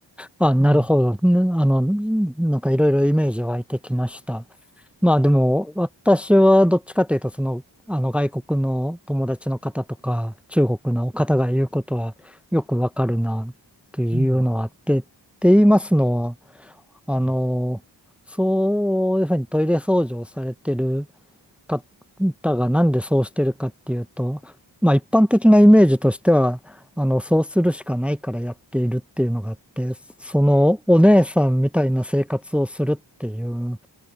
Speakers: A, in the centre; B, on the right.
A: あ、あ、なるほど。
B: うん、うん、
A: んあの、なんかいろいろイメージ湧いてきました。まあでも、私はどっちかというと、その、あの外国の友達の方とか、中国の方が言うことはよくわかるな、というのはあって、
B: うん
A: って言いますのは、あの、
B: うん
A: そういうふうにトイレ掃除をされてる方がなんでそうしてるかっていうと、まあ一般的なイメージとしては、あの、そうするしかないからやっているっていうのがあって、そのお姉さんみたいな生活をするっていう